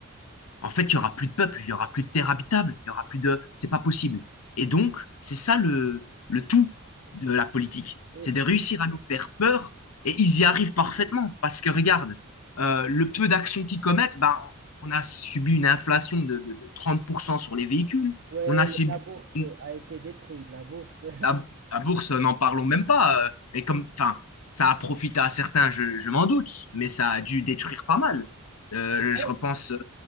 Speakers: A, on the left; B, on the right.
A: En fait, il y aura plus de peuple, il y aura plus de terre habitable, il y aura plus de. C'est pas possible. Et donc, c'est ça le, le tout de la politique.
B: Euh,
A: C'est de réussir à nous faire peur et ils y arrivent parfaitement. Parce que regarde, euh, le peu d'actions qu'ils commettent, ben, on a subi une inflation de, de- de 30% sur les véhicules.
B: Ouais,
A: On a subi
B: la bourse
A: une-
B: a été détruite. La bourse.
A: la, la bourse, euh, n'en parlons même pas. euh, et comme, enfin, ça a profité à certains, je, je m'en doute, mais ça a dû détruire pas mal. Euh,
B: <laughs>
A: je repense, euh,